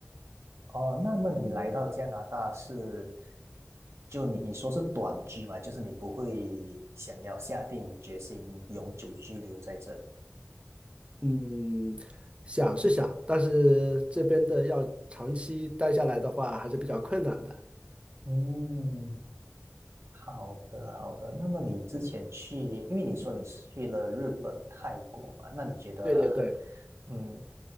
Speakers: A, on the right; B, on the right.
A: 哦，那么你来到加拿大是，就你你说是短居嘛，就是你不会想要下定决心永久居留在这里。
B: 嗯，想是想，但是这边的要长期待下来的话，还是比较困难的。
A: 嗯。好的，好的。那么你之前去，因为你说你是去了日本、泰国嘛，那你觉得，
B: 对对对，
A: 嗯，